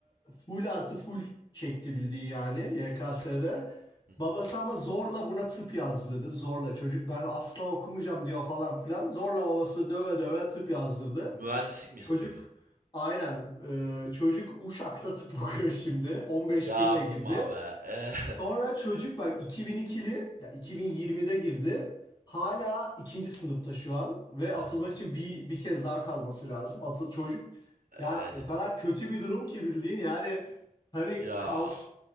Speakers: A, on the left; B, on the right.
A: full artı full çekti bildiği yani YKS'de.
B: Hı hı.
A: Babası ama zorla buna tıp yazdırdı. Zorla çocuk ben asla okumayacağım diyor falan filan. Zorla babası döve döve tıp yazdırdı.
B: Mühendislik mi
A: Çocuk
B: istiyordu?
A: aynen e,
B: Hı.
A: çocuk Uşak'ta tıp <laughs> okuyor şimdi. 15
B: Yapma
A: binle girdi.
B: be. Eh.
A: Sonra çocuk bak 2002'li ya 2020'de girdi. Hala
B: Hı.
A: ikinci sınıfta şu an ve
B: Aha.
A: atılmak için bir bir kez daha kalması lazım. Atıl çocuk ya
B: Ey.
A: o kadar kötü bir durum ki bildiğin yani hani
B: Ya
A: kals